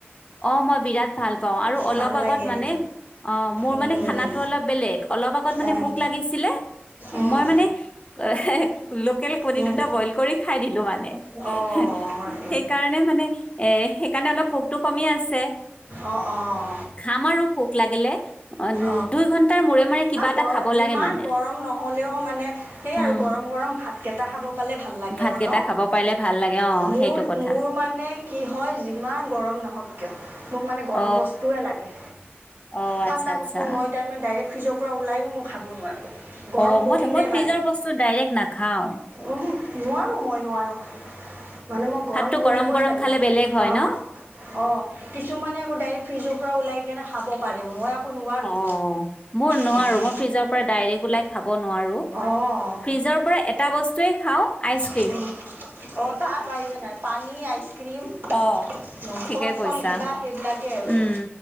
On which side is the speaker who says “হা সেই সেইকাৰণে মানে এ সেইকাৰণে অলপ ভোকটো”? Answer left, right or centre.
Left